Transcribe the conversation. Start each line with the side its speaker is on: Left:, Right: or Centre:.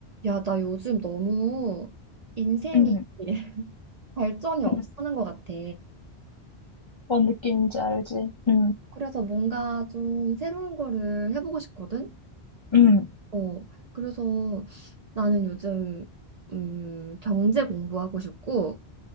Right: 야, 나 요즘 너무 인생이
Left: 음,
Right: <laughs> 발전이 없어하는
Left: 음.
Right: 것 같아.
Left: 뭔 느낌인지 알지? 음,
Right: 그래서 뭔가 좀 새로운 거를 해보고 싶거든?
Left: 음.
Right: 어, 그래서 나는 요즘, 음, 경제 공부하고 싶고,